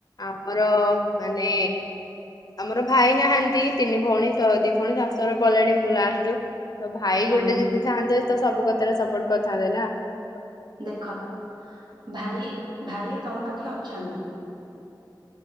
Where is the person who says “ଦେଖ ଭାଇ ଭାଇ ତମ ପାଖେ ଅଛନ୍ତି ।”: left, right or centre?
Right